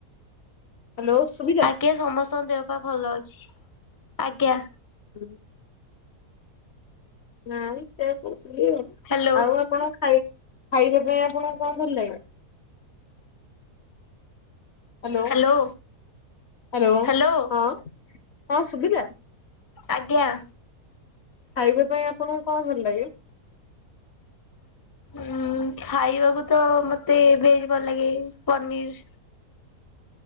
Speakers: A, on the left (about 55°); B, on the left (about 25°).
A: ହାଲୋ ଶୁଭି
B: ଆଜ୍ଞା ସମସ୍ତଙ୍କ ଦେହ ପାହ ଭଲ ଅଛି ଆଜ୍ଞା।
A: ହୁଁ। ନାଇଁ ସେଇଆ କହୁଥିଲି ଆଉ
B: ହ୍ୟାଲୋ
A: ଆଉ ଆପଣ ଖାଇ ଖାଇବା ପାଇଁ ଆପଣଙ୍କୁ କଁ ଭଲ ଲାଗେ? ହାଲୋ
B: ହ୍ୟାଲୋ
A: ହାଲୋ
B: ହ୍ୟାଲୋ
A: ହଁ ହଁ ଶୁଭିଲା?
B: ଆଜ୍ଞା।
A: ଖାଇବା ପାଇଁ ଆପଣଙ୍କୁ କଁ ଭଲ ଲାଗେ?
B: ଉଁ ଖାଇବାକୁ ତ ମତେ ଭେଜ ଭଲ ଲାଗେ ପନିରି।